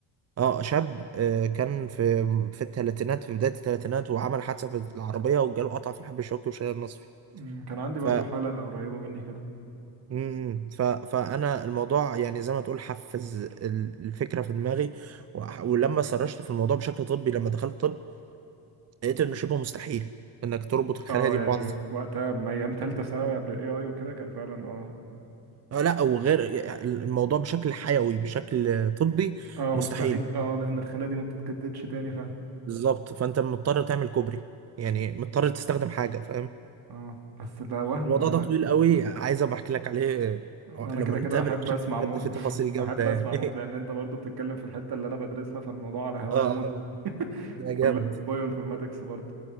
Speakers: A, on the right; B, on the right.
A: اه شاب آه، كان في في الثلاثينات في بدايه الثلاثينات وعمل حادثه بالعربيه وجاله قطع في الحب الشوكي وشال النصفي
B: أمم، كان عندي
A: ف
B: برضو حاله قريبه مني كده
A: مم، ف فانا الموضوع يعني زي ما تقول حفز ال- الفكره في دماغي وح- ولما سرشت في الموضوع بشكل طبي لما دخلت طب لقيت انه شبه مستحيل انك تربط الخلايا
B: اه
A: دي
B: يعني
A: ببعض
B: وقتها ما ايام تالتة ثانوي قبل الاي اي وكده كان فعلا اه
A: آه، لا وغير الموضوع بشكل حيوي بشكل طبي
B: اه
A: مستحيل
B: مستحيل اه لان الخلايا دي ما بتتجددش تاني فعلا
A: بالظبط فانت مضطر تعمل كوبري يعني مضطر تستخدم حاجه فاهم
B: اه بس ده وهم
A: الموضوع
B: انا
A: ده طويل قوي عايز ابقى احكي لك عليه
B: انا
A: آه، لما
B: كده
A: نتقابل
B: كده احب
A: عشان
B: اسمع
A: بجد
B: موت
A: في
B: <laughs>
A: تفاصيل جامده
B: احب
A: يعني
B: اسمع موت لان انت برضو بتتكلم في الحتة اللي انا بدرسها فالموضوع
A: <laughs>
B: على هوايا
A: اه
B: موت
A: آه،
B: <laughs>
A: ده جامد
B: كلها بايو انفورماتكس برضو